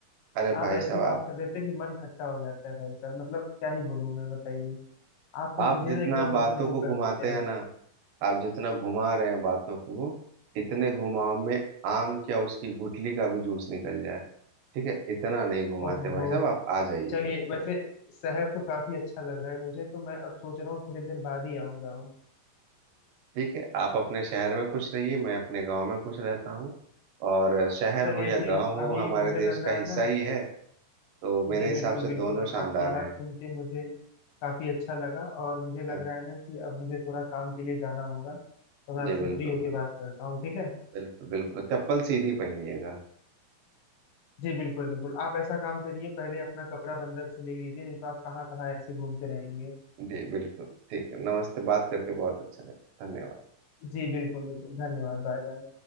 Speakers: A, on the right; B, on the left.
A: अरे भाई
B: आप ऐसी
A: साहब
B: बात
A: आप
B: कर देते हैं कि मन खट्टा हो जाता है भाई साहब मतलब क्या ही बोलूं मैं बताइए आप तो
A: आप
B: मुझे
A: जितना
B: ना एकदम
A: बातों
B: मतलब वो
A: को घुमाते
B: कर देते हैं
A: हैं ना आप जितना घुमा रहे हैं बातों को इतने घुमाव में आम क्या उसकी गुठली का भी जूस निकल जाए ठीक है इतना नहीं घुमाते
B: ओहो
A: भाई
B: हो
A: साहब आप आ जाइए
B: चलिए वैसे शहर तो काफी अच्छा लग रहा है मुझे तो मैं अब सोच रहा हूँ थोड़ी देर बाद ही आऊंगा हूँ
A: ठीक है आप अपने शहर में खुश रहिए मैं अपने गांव में खुश रहता हूँ और शहर
B: चलिए
A: हो या
B: फिर
A: गांव हो
B: अभी
A: हमारे
B: मुझे लग
A: देश
B: रहा
A: का हिस्सा
B: है ना
A: ही है तो मेरे
B: जी
A: हिसाब
B: बिल्कुल
A: से
B: बिल्कुल
A: दोनों शानदार
B: आपकी बात
A: हैं
B: सुन के मुझे काफी अच्छा लगा और मुझे लग
A: हाँ,
B: रहा है ना कि अब मुझे थोड़ा काम के लिए जाना होगा तो मैं
A: जी
B: आपसे
A: बिल्कुल
B: फ्री होके
A: बिल्कुल
B: बात करता हूँ ठीक है
A: बिल्कुल बिल्कुल चप्पल सीधी पहनिएगा
B: जी बिल्कुल बिल्कुल आप ऐसा काम करिए पहले अपना कपड़ा बंदर से ले लीजिए नहीं तो आप कहाँ कहाँ ऐसे घूमते रहेंगे
A: जी बिल्कुल ठीक है नमस्ते बात करके बहुत अच्छा लगा धन्यवाद
B: जी बिल्कुल बिल्कुल धन्यवाद बाय बाय